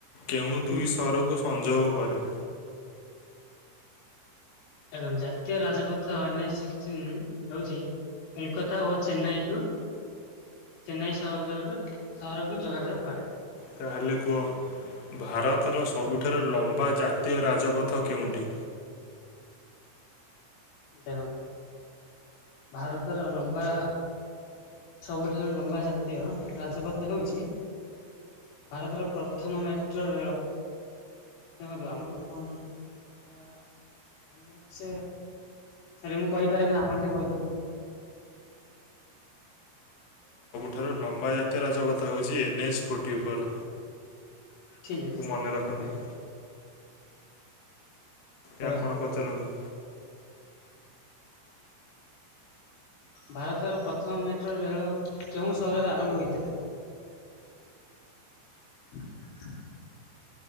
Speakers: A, on the left (about 65°); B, on the left (about 85°).
A: କେଉଁ ଦୁଇ
B: ହୁଁ
A: ସହରକୁ ସଂଯୋଗ କରେ?
B: ଦେଖନ୍ତୁ ଜାତୀୟ ରାଜପଥ ଏନ୍ ଏଚସିକ୍ଟିନ୍ ହଉଛି। କୋଲକାତା ଓ ଚେନ୍ନାଇକୁ ଚେନ୍ନାଇ ସହଯୋଗରୁ ସହରକୁ ଯୋଗାଯୋଗ କରେ।
A: ତାହେଲେ କୁହ ଭାରତର ସବୁଠାରୁ ଲମ୍ବା ଜା ଜାତୀୟ ରାଜପଥ କେଉଁଠି?
B: ଦେଖନ୍ତୁ ଭାରତର ଲମ୍ବା ସବୁଠାରୁ ଲମ୍ବା ଜାତୀୟ ରାଜପଥ ହେଉଚି। ଭାରତର ପ୍ରଥମ ମେଟ୍ରୋ ରେଳ। ଦେଖନ୍ତୁ ଆମର କଣ କହ ଆ ଏନ୍ଏଚ୍ ସାରେ ମୁଁ କହିପାରିବିନି ଆପଣ ଟିକେ କହିଦିଅନ୍ତୁ।
A: ଠାରୁ ଲମ୍ବା ଜାତୀୟ ରାଜପଥ ହେଉଛି ଏନ୍ଏଚ୍ ଫୋର୍ଟି ଫୋର୍।
B: ଠିକ୍ ଅଛି
A: ମନେ ରଖନ୍ତୁ।
B: ଆଜ୍ଞା ତ
A: ଏ ଆପଣ ପଚାରନ୍ତୁ।
B: ଭାରତର ପ୍ରଥମ ମେଟ୍ରୋ ରେଳ କେଉଁ ସହରରେ ଆରମ୍ଭ ହୋଇଥିଲା? <inaudible>